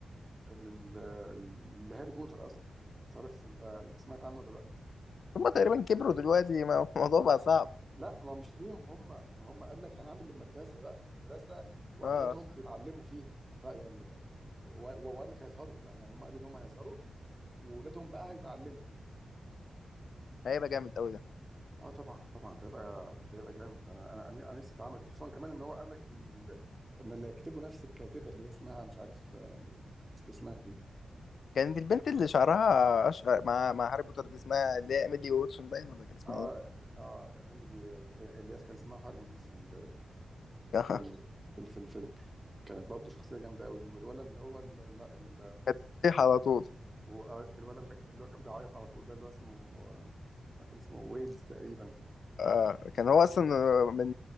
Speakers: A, on the right; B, on the left.
A: لل- لهاري بوتر اصلا مش عارف انت انت سمعت عنه ولا لا
B: هما تقريبا كبروا دلوقتي ما- <laughs> الموضوع بقى صعب
A: لا ما مش ليهم هم ما هم قال لك هنعمل المدرسه بقى المدرسه واولادهم
B: اه
A: بيتعلموا فيها فيعني و- و- وقال لك هيظهروا يعني يعني هم قالوا ان هم هيظهروا واولادهم بقى هيتعلموا
B: هيبقى جامد قوي ده
A: اه طبعا طبعا ده يبقى ده يبقى جامد انا انا انا أنا نفسي اتعمل وخصوصا كمان ان هو قال لك ان ال... ان اللي هيكتبه نفس الكاتبه اللي هي اسمها مش عارف آه، نسيت اسمها دي
B: كانت البنت اللي شعرها أشقر مع مع هاري بوتر دي اسمها اللي هي إيميلي واتسون باين ولا كان اسمها
A: اه
B: ايه؟
A: اه ايميلي اللي هي كان اسمها هارموني في ال...
B: <laughs>
A: في ال... في ال- في الفيلم كانت برضو شخصيه جامده قوي والولد اللي هو ال... ال... ال...
B: كانت بتطيح على طول
A: هو- آه، الولد اللي اللي هو كان بيعيط على طول ده اللي هو اسمه آه، كان اسمه ويلز تقريبا
B: آه كان هو أصلا من